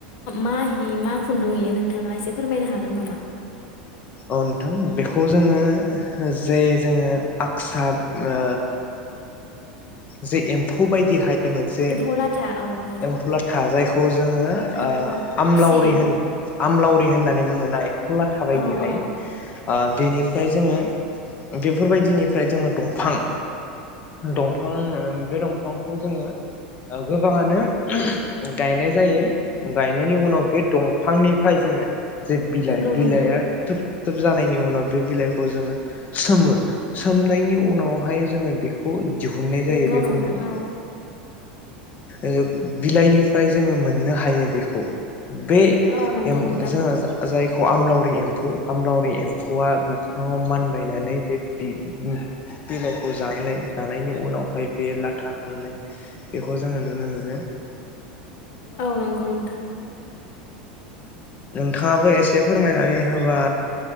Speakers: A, on the left (about 60°); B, on the left (about 35°).
A: मा हि मा खुन्दुं इयो नोंथाङा एसे फोरमायनो हागोन नामा
B: औ नोंथां बे खौ जोङो जे जोङो आक्सार ओ जे एम्फौ बायदिहाय बे मोनसे
A: एम्फौ लाथा औ नंगौ
B: एम्फु लाथा जायखौ जोङो
A: जायखौ
B: ओ
A: जों
B: आमलावरि
A: फिसियो
B: होनो। आमलावरि होननानै बुङोना एम्फौ लाथा बायदिहाय
A: औ औ
B: ओ बेनिफ्राय जोङो बेफोरबायदिनिफ्राय जोङो दंफां दं दंफां बे दंफांखौ जोङो ओ गोबाङानो गायनाय जायो। गायनायनि उनाव बे दंफांनिफ्राय जोङो जे बिलाइ
A: नंगौ
B: बिलाइआ
A: नोंथां
B: थोब थोब जानायनि उन उनाव बे बिलाइखौ जोङो सोमो सोमनायनि उनावहाय जोङो बेखौ दिहुननाय जायो
A: नंगौ
B: बे
A: नोंथां
B: खुन्दुंखौ।
A: औ
B: ओ बिलाइनिफ्राय जोङो मोननो हा हायो बेखौ। बे
A: औ नंगौ
B: एम
A: नोंथां
B: जों जायखौ आमलावरि एम्फौ आमलावरि एम्फौआ बिफाङाव मानबायनानै बे बिब-बिलाइ खौ जानायलाय जानायनि उनाव बेहाय बे लाथा हामनाय बेखौ जोङो नुनो मोनो ।
A: औ नंगौ नोंथां।
B: नोंथाङाबो एसे फोरमायनानै हो होबा